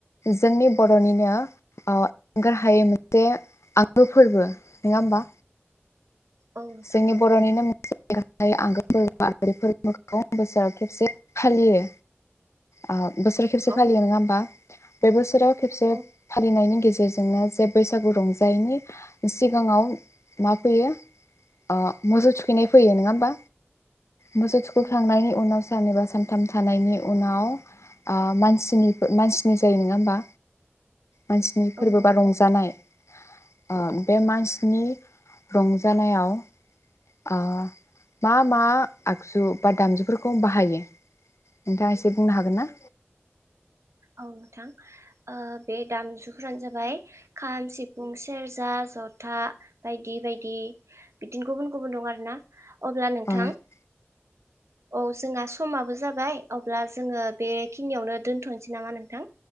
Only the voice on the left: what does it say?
जोंनि बर'निनो ओ आंगार हायै मोनसे आंगो फोरबो नङा होमबा।
जोंनि
<unintelligible> खेबसे फालियो ओ। बोसोर खेबसे
फालियो नङा होमबा? बे बोसोराव खेबसे
फालिनायनि गेजेरजों बिनो जे बैसागु रंजायिनि सिगाङाव मा फैयो। ओ मोजौ थुखैनाय फैयो नङा होमबा? मोसौ सुखुखांनायनि
उनाव सननै सान थाम थानायनि उनाव ओ माननि मानसिनि जायो नङा होमबा? मानसिनि
फोरबो
बा रंजानाय ओ बे मानसिनि रंजानायाव ओ मा मा आगजु बा दामजुफोरखौ बाहायो नोंथाङा एसे एसे बुंनो हागोन ना?
औ